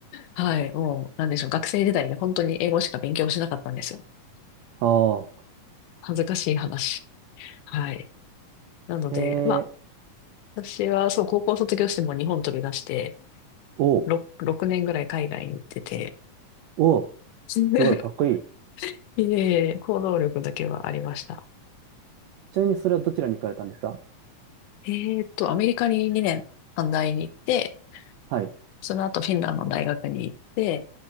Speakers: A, on the left; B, on the right.
A: はい。もう、なんでしょう。学生時代に本当に英語しか勉強しなかったんですよ。
B: ああ。
A: 恥ずかしい話。はい。なので、
B: え
A: まあ、
B: ー、
A: 私はそう、高校卒業しても日本飛び出して、
B: おう、
A: 6、6年ぐらい海外に行ってて、
B: おう、
A: <laughs>
B: すごい、かっこいい。
A: いえいえ、行動力だけはありました。
B: ちなみにそれはどちらに行かれたんですか
A: えーっと、アメリカに2年短大に行って、
B: はい、
A: その後フィンランドの大学に行って、